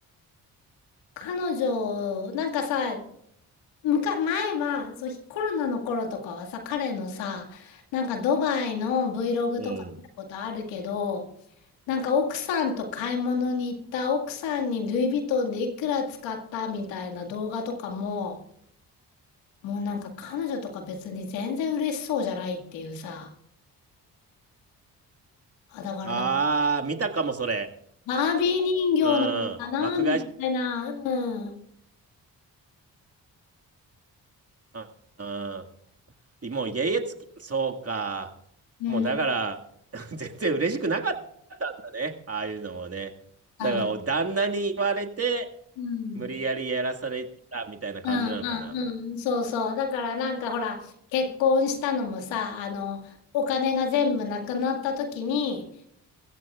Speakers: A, on the left; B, on the right.
A: 彼女、なんかさ、むか、前は、そう、コロナの頃とかはさ、彼のさ、なんかドバイの Vlog
B: うん。
A: とか見たことあるけど、なんか奥さんと買い物に行った奥さんにルイ・ヴィトンでいくら使ったみたいな動画とかも、もうなんか彼女とか別に全然嬉しそうじゃないっていうさ。あ、だからなんか、
B: ああ、見たかも、それ。
A: バービー人形なのかなみたいな。
B: うん。爆買いし、
A: うん。
B: うん。うんもう家々つき、そうか。
A: うん。
B: もうだから、<laughs> 全然嬉しくなかったんだね。ああいうのもね。
A: 多分
B: だから、旦那に言われて、
A: うん。
B: 無理やりやらされたみたいな感じなのかな。
A: うんうんうん。そうそう。だからなんかほら、結婚したのもさ、あの、お金が全部なくなった時に、